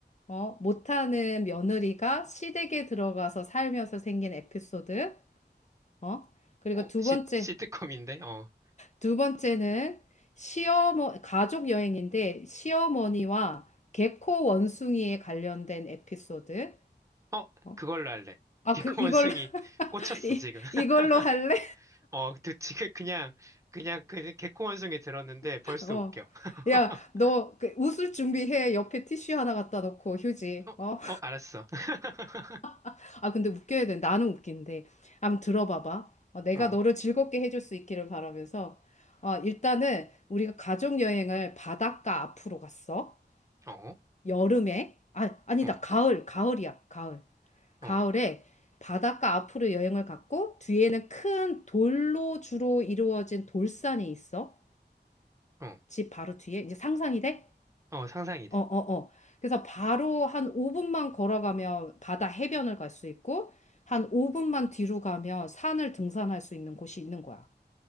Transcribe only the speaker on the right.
어,
시,
시트콤인데? 어,
어,
그걸로 할래.
개코원숭이
꽂혔어,
지금. <laughs>
어, 그, 지금 그냥, 그냥, 그, 개코원숭이 들었는데
벌써
웃겨. <laughs>
어,
어, 알았어. <laughs>
어,
어,
어,
어,
어,
어, 상상이 돼.